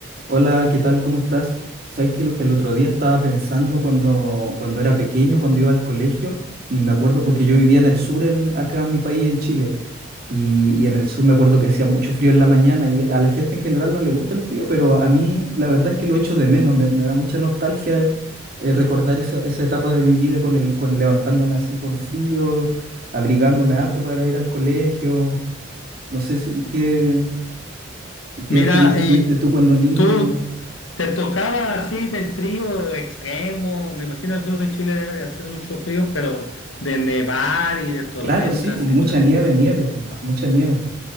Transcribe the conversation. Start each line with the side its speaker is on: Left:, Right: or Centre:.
Right: Hola, ¿qué tal? ¿Cómo estás? Sabes que el el otro día estaba pensando cuando, cuando era pequeño, cuando iba al colegio, y me acuerdo porque yo vivía en el sur, en, acá en mi país, en Chile, y, y en el sur me acuerdo que hacía mucho frío en la mañana, y a la gente en general no le gusta el frío, pero a mí la verdad es que lo echo de menos, me, me da mucha nostalgia eh, recordar esa, esa etapa de mi vida con el, con levantándome así con frío, abrigándome harto para ir al colegio, no sé si- qué, qué
Left: Mira,
Right: experiencia
Left: eh,
Right: tuviste tú cuando niño.
Left: tú te tocaba así del frío extremo, me imagino el sur de Chile debe de hacer mucho frío, pero de nevar y de tormentas
Right: Claro, sí, pues, mucha
Left: y tal.
Right: nieve, nieve, pues, mucha nieve.